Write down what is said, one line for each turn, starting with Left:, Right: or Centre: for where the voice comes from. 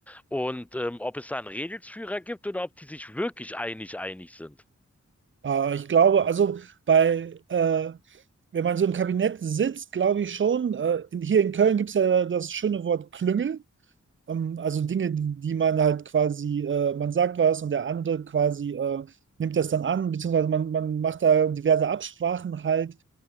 Centre: und ähm, ob es da einen Regelsführer gibt oder ob die sich wirklich einig einig sind.
Right: Äh, ich glaube, also bei, äh, wenn man so im Kabinett sitzt, glaube ich schon, äh, in, hier in Köln gibt es ja das schöne Wort Klüngel. Ähm, also Dinge, die man halt quasi, äh, man sagt was und der andere quasi äh, nimmt das dann an, beziehungsweise man, man macht da diverse Absprachen halt.